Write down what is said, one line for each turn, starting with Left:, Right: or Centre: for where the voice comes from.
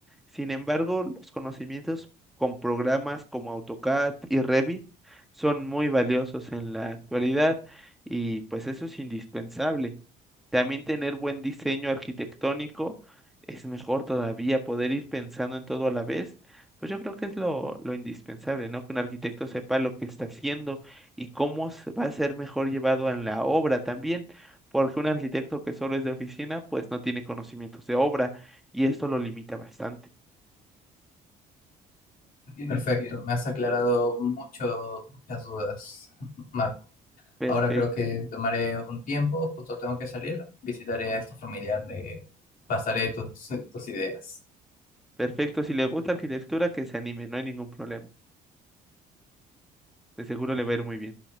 Centre: Sin embargo, los conocimientos con programas como AutoCAD y Revit son muy valiosos en la actualidad y pues eso es indispensable. También tener buen diseño arquitectónico es mejor todavía, poder ir pensando en todo a la vez. Pues yo creo que es lo, lo indispensable, ¿no? Que un arquitecto sepa lo que está haciendo y cómo se- va a ser mejor llevado en la obra también, porque un arquitecto que solo es de oficina, pues no tiene conocimientos de obra y esto lo limita bastante.
Left: Perfecto, me has aclarado mucho, muchas dudas, <laughs> Marco.
Centre: Perfecto,
Left: Ahora creo que tomaré un tiempo, justo tengo que salir, visitaré a este familiar, le pasaré tus, tus ideas.
Centre: perfecto. Si le gusta arquitectura, que se anime, no hay ningún problema. De seguro le va a ir muy bien.